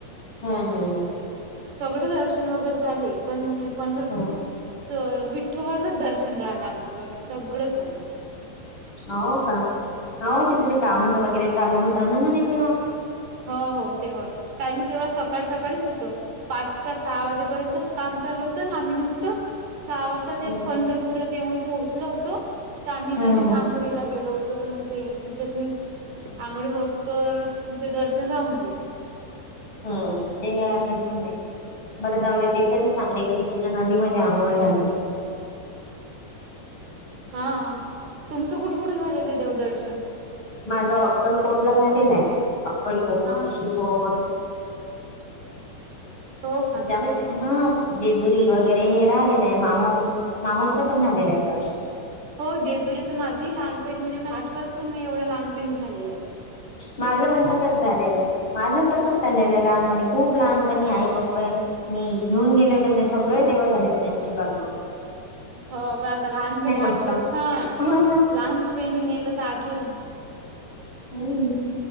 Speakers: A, on the left; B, on the right.
A: हम्म हम्म हम्.
B: सगळं दर्शन वगैरे झाले पण हे पंढरपूर
A: हम्म
B: विठ्वा? दर्शन राहिलं आमचं बाकी सगळं झालं.
A: हो का हो तिथे ते काम वगैरे चालू होतं ना म्हणे तेव्हा
B: हो हो तेवय कारण की तेव्हा सकाळ सकाळ. <inaudible> होत पाच का सहा वाजेपर्यंतच काम चालू होतं ना आम्ही नुकतंच. सहा वाजता ते
A: हम्म
B: पंढरपुरात
A: हम्म
B: येऊन पोहोचलो होतो तर आम्ही नदीत
A: हम्म हम्म
B: आंघोळीला गेलो होतो. मग ते तिच्यातच आंघोळ होस तर म ते दर्शन राहून गेलं.
A: हम्म, ते हा ते पणं आहे, बरं जाऊ देत ते तरी चांगलं आहे की तुमची नदीमध्ये आंघोळ
B: बुद्ध्याला.
A: झाली.
B: हा, तुमचं कुठे कुठे झालेलं आहे देवदर्शन?
A: माझा अक्कलकोट ला झालेला आहे अक्कलकोट,
B: हा
A: शिबोर.
B: हो
A: <unintelligible>
B: का?
A: जेजुरी वगैरे हे राहिलेलं आहे, माहूर, माहूरचं पण झालेलं आहे दर्शन.
B: हो जेजुरीचं माझंही लहानपणी, म्हणजे मला आठवत पण नाही एवढं लहानपणी झालेलं आहे.
A: माझं पण तसच झालेलं आहे, माझं तसंच झालेलं आहे, लहानपणी खूप खूप लहानपणी आई, पप्पा, मी घेऊन गेले होते म्हणे, सगळे देवं तेव्हा झाले म्हणे आमच्या कडणं.
B: <unintelligible> हो, पण आता लहानपणी
A: म्हंटलं
B: आठवत हा,
A: हो ना
B: लहानपणी नेलं तर आठवलं.
A: हूं